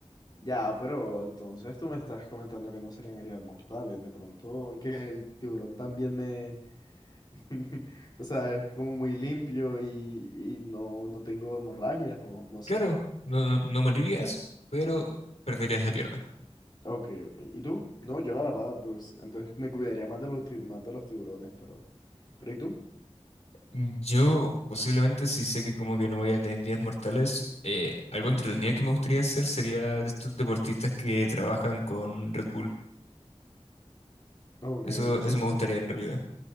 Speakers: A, on the left; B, on the left.
A: Ya, pero entonces tú me estás comentando que no serían heridas mortales. De pronto que el tiburón también me... <laughs> O sea, es como muy limpio y, y no, no tengo hemorragias o no sé.
B: Claro, no, no, no morirías, pero perderías la pierna.
A: Ok, ok. ¿Y tú? No, yo la verdad, pues entonces me cuidaría más de los, ti- más de los tiburones, pero... ¿Pero y tú?
B: Yo posiblemente si sé que como que no voy a tener días mortales, eh, algo entretenido que me gustaría hacer sería de estos deportistas que trabajan con Red Bull.
A: Ok,
B: Eso,
A: sí,
B: eso
A: sí,
B: me gustaría
A: sí.
B: en realidad.